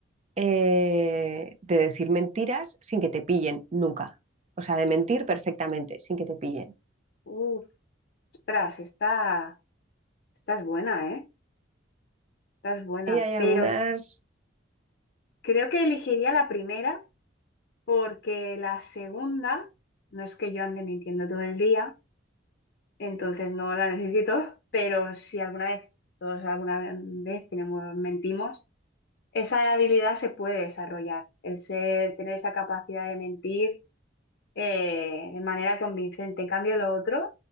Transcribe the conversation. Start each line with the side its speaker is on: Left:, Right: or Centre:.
Right: eh, de decir mentiras sin que te pillen nunca. O sea, de mentir perfectamente sin que te pillen.
Left: Uf, ostras, esta, esta es buena, ¿eh? Esta es buena,
Right: Y hay
Left: pero
Right: algunas,
Left: creo que elegiría la primera porque la segunda no es que yo ande mintiendo todo el día, entonces no la necesito, pero si alguna vez, todos alguna vez tenemos, mentimos, esa habilidad se puede desarrollar, el ser, tener esa capacidad de mentir eh, de manera convincente. En cambio, lo otro,